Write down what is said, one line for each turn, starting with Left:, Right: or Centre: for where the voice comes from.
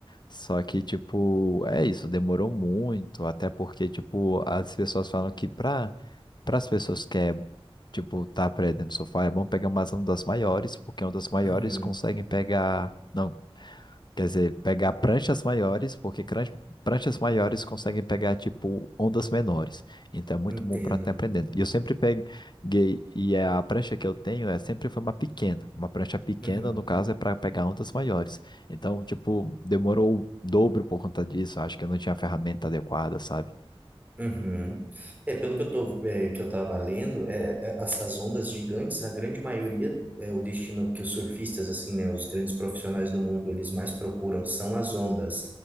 Left: Só que, tipo, é isso, demorou muito, até porque, tipo, as pessoas falam que para as pessoas que é, tipo, tá aprendendo sofá, é bom pegar umas ondas maiores, porque ondas maiores
Right: Uhum,
Left: conseguem pegar, não, Quer dizer, pegar pranchas maiores, porque cran- pranchas maiores conseguem pegar, tipo, ondas menores. Então é muito
Right: entendo.
Left: bom para estar aprendendo. E eu sempre peguei, e é a prancha que eu tenho é sempre foi uma pequena. Uma prancha pequena,
Right: Uhum.
Left: no caso, é para pegar ondas maiores. Então, tipo, demorou o dobro por conta disso. Acho que eu não tinha a ferramenta adequada, sabe?
Right: Uhum. É, pelo que eu tô, é, que eu tava lendo, é, é, essas ondas gigantes, a grande maioria, é o destino que os surfistas, assim, né, os grandes profissionais do mundo, eles mais procuram são as ondas